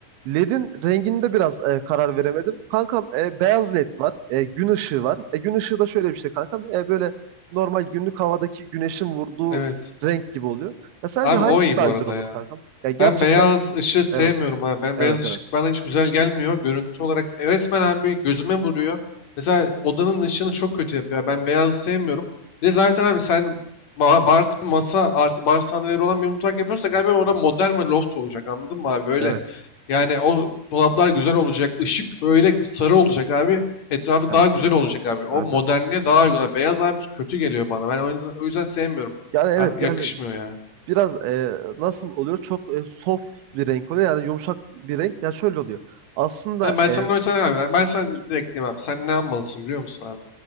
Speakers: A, on the right; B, on the left.
A: LED'in renginde biraz e, karar veremedim. Kankam e, beyaz LED var. E, gün ışığı var. E, gün ışığı da şöyle bir şey kankam. E, böyle normal günlük havadaki güneşin vurduğu
B: Evet.
A: renk gibi oluyor. Ya sence
B: Abi
A: hangisi
B: o iyi
A: daha
B: bu arada
A: güzel olur
B: ya.
A: kankam? Ya gerçekten
B: Ben beyaz ışığı sevmiyorum
A: evet.
B: abi. Ben
A: Evet
B: beyaz ışık
A: evet.
B: bana hiç güzel gelmiyor. Görüntü olarak e, resmen abi gözüme vuruyor. Mesela odanın ışığını çok kötü yapıyor. Ben beyazı sevmiyorum. Bir de zaten abi sen ba- bar tipi masa artı bar sandalyeleri olan bir mutfak yapıyorsak abi orada modern ve loft olacak anladın mı abi? Böyle
A: Evet.
B: yani o dolaplar güzel olacak. Işık böyle sarı olacak abi. Etrafı
A: Evet.
B: daha güzel olacak abi. O
A: Evet.
B: modernliğe
A: evet.
B: daha uygun. abi. Beyaz abi kötü geliyor bana. Ben o yüzden, o yüzden sevmiyorum.
A: Yani evet
B: Abi
A: yani
B: yakışmıyor ya.
A: biraz e, nasıl oluyor? Çok e, soft bir renk oluyor. Yani yumuşak bir renk. Ya şöyle oluyor. Aslında
B: Ben ben
A: e,
B: sana o yüzden abi ben, ben sana dir- direkt diyeyim abi sen ne yapmalısın biliyor musun abi?